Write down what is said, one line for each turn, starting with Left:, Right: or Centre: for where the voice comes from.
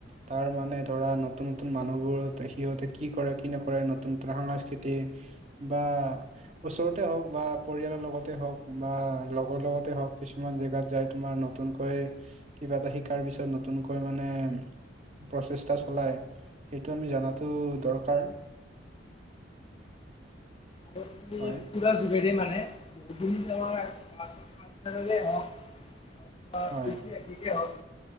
Right: তাৰ মানে ধৰা নতুন নতুন মানুহবোৰ সিহঁতে কি কৰে কি নকৰে নতুন নতুন সাংস্কৃতিক। বা, ওচৰতে হওক বা পৰিয়ালৰ লগতে হওক বা লগৰ লগতে হওক কিছুমান জেগাত যাই তোমাৰ, নতুনকৈ কিবা এটা শিকাৰ পিছত নতুনকৈ মানে। প্ৰচেষ্টা চলাই সেইটো আমি জনাতো দৰকাৰ।
Left: আৰু
Right: হয়
Left: পুৰা যুৰেৰে মানে বুখিন আমাৰ হওক <unintelligible> আৰু
Right: হয়
Left: ঐতিহাসিকে হওক